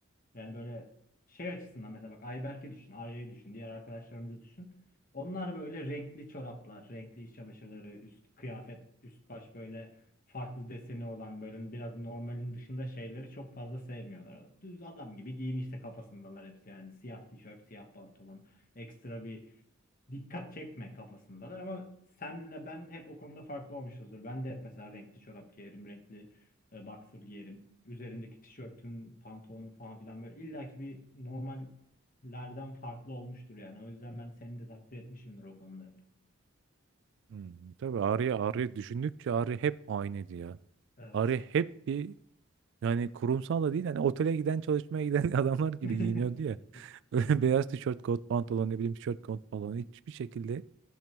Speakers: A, on the left (about 45°); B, on the right (about 60°).
A: yani böyle şey açısından mesela bak Ayberk'i düşün, Arya'yı düşün, diğer arkadaşlarımızı düşün. Onlar böyle renkli çoraplar, renkli iç çamaşırları, üst kıyafet, üst baş böyle farklı deseni olan böyle biraz normalin dışında şeyleri çok fazla sevmiyorlar. Düz adam gibi giyin işte kafasındalar hepsi yani siyah tişört, siyah pantolon, ekstra bir dikkat çekme kafasındalar ama senle ben hep o konuda farklı olmuşuzdur. Ben de hep mesela renkli çorap giyerim, renkli e, boxer giyerim. Üzerimdeki tişörtüm, pantolonum falan filan böyle illaki bir normallerden farklı olmuştur yani. O yüzden ben seni de takdir etmişimdir o konuda.
B: hmm, tabii Arya, Arya düşündükçe Arya hep aynıydı ya.
A: Evet.
B: Arya hep bir yani kurumsal da değil. Hani otele giden çalışmaya giden <laughs> adamlar gibi
A: <laughs>
B: giyiniyordu ya. <laughs> Böyle beyaz tişört, kot pantolon ne bileyim tişört, kot pantolon hiçbir şekilde